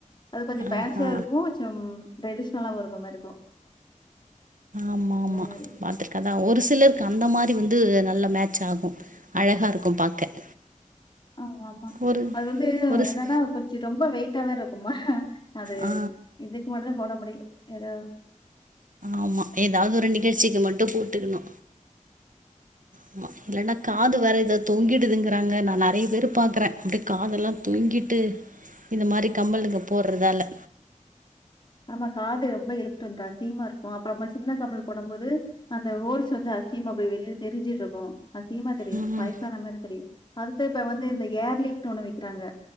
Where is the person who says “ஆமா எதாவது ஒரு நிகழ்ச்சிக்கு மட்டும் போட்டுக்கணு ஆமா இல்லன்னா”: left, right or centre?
Right